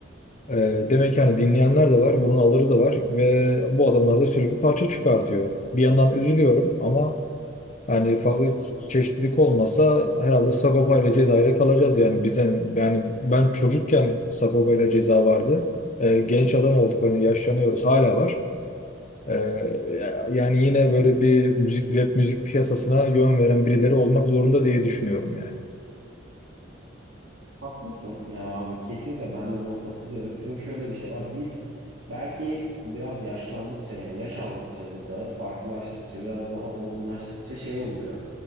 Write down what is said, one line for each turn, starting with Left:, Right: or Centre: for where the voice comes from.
Left: E, demek ki hani dinleyenler de var, bunun alırı da var ve bu adamlar da sürekli parça çıkartıyor. Bir yandan üzülüyorum ama hani farklı çeşitlilik olmasa herhalde Sagopa ile Ceza'yla kalacağız yani bize yani ben çocukken Sagopa ile Ceza vardı. E, genç adam olduk hani yaşlanıyoruz hala var. E, yani yine böyle bir müzik rap müzik piyasasına yön veren birileri olmak zorunda diye düşünüyorum yani.
Right: Haklısın ya abi kesinlikle ben de buna katılıyorum. Çünkü şöyle bir şey var. Biz belki biraz yaşlandıkça yani yaş aldıkça burada farklılaştıkça biraz daha olgunlaştıkça şey oluyor.